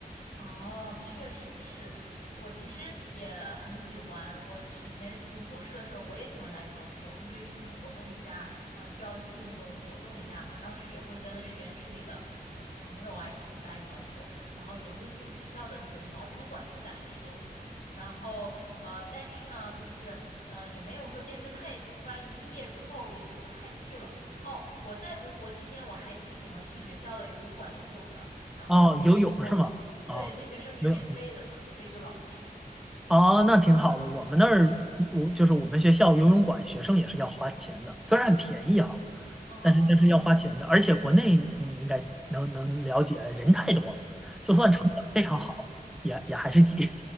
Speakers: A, on the left; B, in the centre.
A: 哦，确实是，我其实也很喜欢。我是以前是读博士的时候，我也喜欢打羽毛球，因为就是活动一下，嗯，需要运动活动一下嘛。当时也会跟实验室里的呃朋友啊一起去打羽毛球，然后也会去学校的那个羽毛球馆去打球。然后呃，但是呢，就是嗯，也没有说坚持太久。后来一毕业之后，也就不太去了。哦，我在读博期间，我还挺喜欢去学校的游泳馆游泳的。然后因为那时候对，
B: 哦，游泳是吗？哦，
A: 对学生是免费的嘛，
B: 没有。
A: 所以就老去。
B: 哦，那挺好的。我们那儿，我就是我们学校游泳馆，学生也是要花钱的，虽然很便宜哈，
A: 哦，
B: 但是这是要花钱的。而且国内你应该能能了解，人太多了，就算场馆非常好，
A: 啊，是的，是的，
B: 也也还是挤。